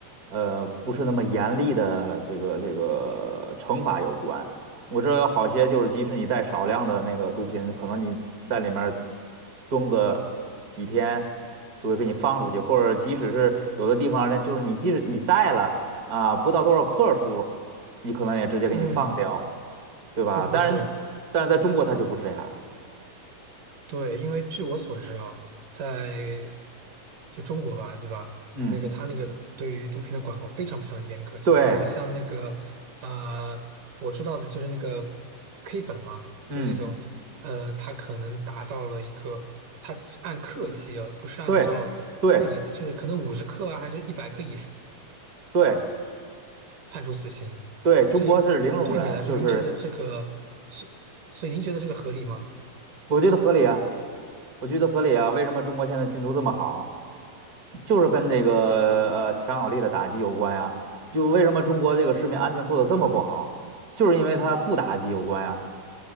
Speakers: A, on the right (about 40°); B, on the right (about 60°).
A: 呃，不是那么严厉的这个这个惩罚有关。我知道有好些就是，即使你带少量的那个毒品，可能你在里面蹲个几天，就会给你放出去，或者即使是有的地方呢，就是你即使你带了啊，不到多少克数，你可能也直接给你放掉。
B: 嗯，
A: 对吧？
B: 不不不。
A: 但是，但是在中国它就不这样儿
B: 对，因为据我所知啊，在就中国吧，对吧？
A: 嗯
B: 那个他那个对于毒品的管控非常非常严格，就比如说像那个呃，
A: 对
B: 我知道的就是那个 K 粉嘛，
A: 嗯
B: 就是那种呃，他可能达到了一个，他按克计啊，不是按照那个，
A: 对对
B: 就是可能五十克啊，还是一百克以上
A: 对
B: 判处死刑。
A: 对，中国是零容忍，
B: 所以对于你来说，
A: 就是
B: 您觉得这个，所所以您觉得这个合理吗？
A: 我觉得合理啊，我觉得合理啊。为什么中国现在进度这么好，就是跟这个呃强有力的打击有关呀？就为什么中国这个食品安全做的这么不好，就是因为它不打击有关呀。